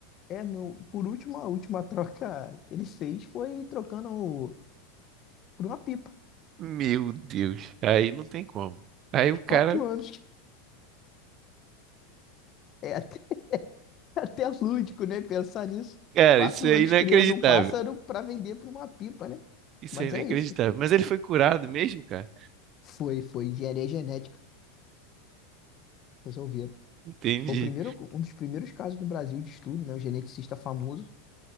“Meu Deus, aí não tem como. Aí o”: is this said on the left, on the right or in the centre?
Right